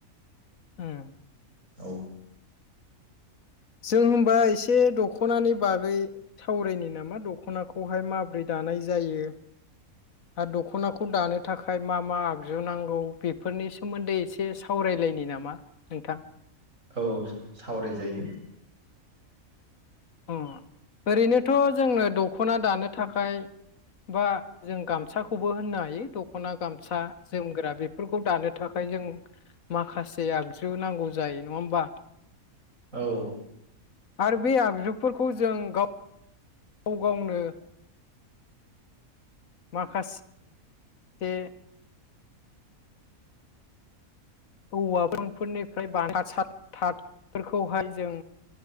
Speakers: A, on the left; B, on the right.
A: ओम।
B: औ।
A: जों होमबा एसे दख'नानि बागै सावरायनि नामा दख'नाखौहाय मा ब्रै दानाय जायो। आरो दख'नाखौ दानो थाखाय मा मा आगजु नांगौ बेफोरनि सोमोन्दै एसे सावरायलायनि नामा नोंथां?
B: औ सावरायजायो।
A: अ ओरैनोथ' जोंनो दख'ना दानो थाखाय बा जों गामसाखौबो होननो हायो दख'ना गामसा जोमग्रा बेफोरखौ दानो थाखाय जों माखासे आगजु नांगौ जायो नङा होमबा?
B: औ।
A: आरो बे आगजु फोरखौ जों गाव गाव गावनो माखास से औवाफोरनिफ्राय बानाय <unintelligible> थाथफोरखौहाय जों